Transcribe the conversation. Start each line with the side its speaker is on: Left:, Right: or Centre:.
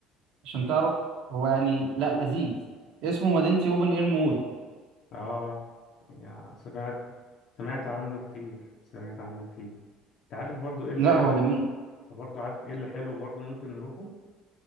Right: عشان تعرف هو يعني لا لذيذ اسمه مدينتي اوبن اير مول
Left: اه يعني سمعت سمعت عنه كتير سمعت عنه كتير انت عارف برضو ايه اللي
Right: لا هو جميل
Left: انت برضو عارف ايه اللي حلو برضو ممكن نروحه